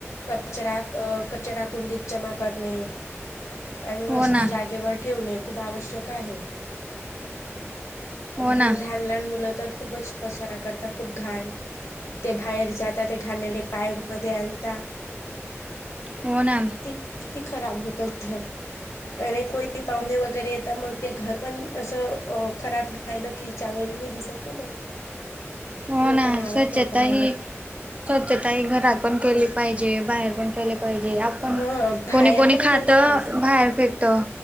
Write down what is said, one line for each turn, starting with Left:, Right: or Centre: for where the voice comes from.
Left: कचरा क कचरा कुंडीत जमा करणे आणि वस्तू
Right: हो ना
Left: जागेवर ठेवणे खूप आवश्यक आहे
Right: हो
Left: आणि हे
Right: ना
Left: लहान - ला हान मुलं तर खूपच पसार करता. खूप घाण. ते बाहेर जात ते घाणेरडे पाय मध्ये आणता.
Right: हो ना
Left: किती किती खराब होत घर? आणि कोणी पाहुणे वगैरे येता मग ते घर पण असं अ खराब रा पाहिलं की चांगलं नई दिसत ना मग?
Right: हो
Left: लोक
Right: ना?
Left: नावं
Right: स्वच्छता
Left: ठेवतात म्हणून
Right: ही स्वच्छता ही घरात पण केली पाहिजे. बाहेर पण केले पाहिजे. आप पण
Left: हा बाहेर
Right: कोणी कोणी
Left: पण
Right: खात
Left: केली
Right: बाहेर
Left: पाहिजे
Right: फेकत.